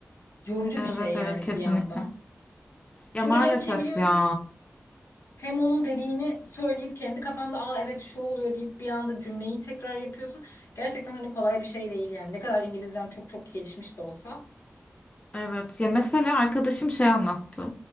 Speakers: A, on the left; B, on the left.
A: Yorucu
B: Evet
A: bir şey
B: evet
A: yani
B: kesinlikle.
A: bir yanda.
B: Ya
A: Çünkü
B: maalesef
A: hem çeviriyorsun
B: ya.
A: hem onun dediğini söyleyip kendi kafanda aa evet şu oluyor deyip bir anda cümleyi tekrar yapıyorsun. Gerçekten hani kolay bir şey değil yani. Ne kadar İngilizcen çok çok gelişmiş de olsa.
B: Evet ya mesela arkadaşım şey anlattı.